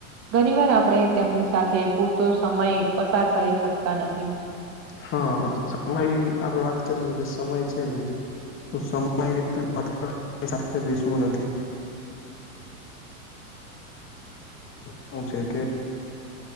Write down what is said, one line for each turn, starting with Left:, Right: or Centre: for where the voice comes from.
Right: ઘણી વાર આપણેે તેમની સાથે પૂરતો સમય પસાર કરી શકતા નથી
Left: હા સમય આપડ વાત કરીએ કે સમય છે જ તો સમય એટલે માત્ર સાથે બેસવું નથી શું છે કે